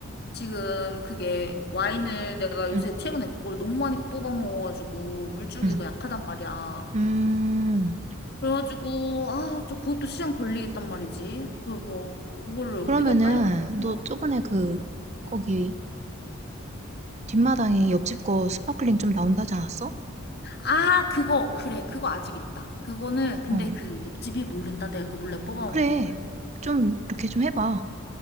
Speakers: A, on the left; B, on the right.
A: 지금 그게 와인을 내가 요새
B: 음,
A: 최근에 그걸 너무 많이 뽑아 먹어가지고 물줄기가
B: 음,
A: 약하단 말이야.
B: 음. 음,
A: 그래가지고 아, 저 그것도 시간 걸리겠단 말이지. 그 뭐, 그거를 어떻게
B: 그러면은,
A: 빨리 뽑나
B: 너
A: 모르겠다.
B: 저번에 그, 거기, 뒷마당에 옆집 거 스파클링 좀 나온다지 않았어?
A: 아, 그거 그래. 그거 아직 있다. 그거는 근데
B: 어,
A: 그 옆집이 모른다. 내가 그 몰래 뽑아
B: 그래.
A: 먹는 거를.
B: 좀, 이렇게 좀 해봐.